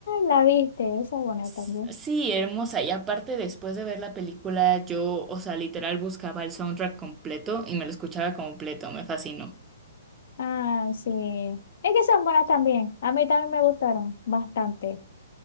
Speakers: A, on the left (about 60°); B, on the right (about 15°).
A: la viste, esa es buena
B: s-
A: también.
B: Sí, hermosa. Y aparte, después de ver la película, yo, o sea, literal buscaba el soundtrack completo y me lo escuchaba completo. Me fascinó.
A: Ah, sí. Es que son buenas también. A mí también me gustaron bastante.